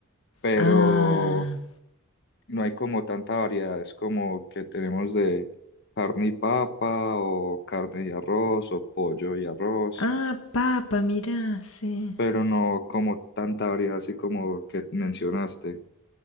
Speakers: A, on the left (about 55°); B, on the left (about 75°).
A: pero
B: Ah,
A: no hay como tanta variedad, es como que tenemos de carne y papa o carne y arroz o pollo y arroz.
B: ah, papa, mirá, sí.
A: pero no como tanta variedad así como que mencionaste.